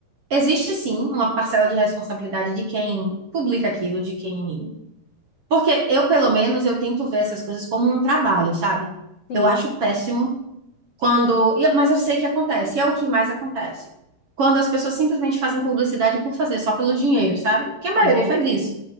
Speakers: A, on the right; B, on the left.
A: existe sim uma parcela de responsabilidade de quem publica aquilo, de quem. Porque eu, pelo menos, eu tento ver essas coisas como um trabalho, sabe?
B: Sim,
A: Eu acho péssimo Quando, e- mas eu sei que acontece, e é o que mais acontece. Quando as pessoas simplesmente fazem publicidade por fazer, só pelo dinheiro, sabe? Que a
B: tá
A: maioria
B: bom.
A: faz isso.